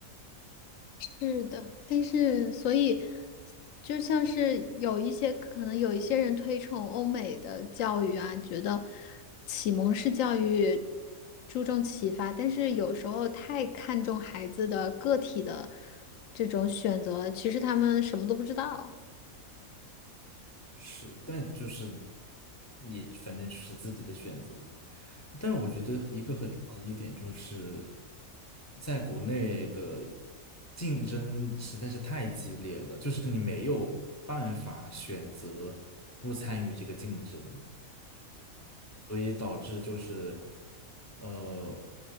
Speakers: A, on the left (about 70°); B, on the left (about 25°).
A: 是的，但是所以就像是有一些可能有一些人推崇欧美的教育啊，觉得启蒙式教育注重启发，但是有时候太看重孩子的个体的这种选择，其实他们什么都不知道。
B: 是，但就是你反正是自己的选择。但是我觉得一个很重要的一点就是，在国内的竞争实在是太激烈了，就是你没有办法选择不参与这个竞争，所以导致就是，呃，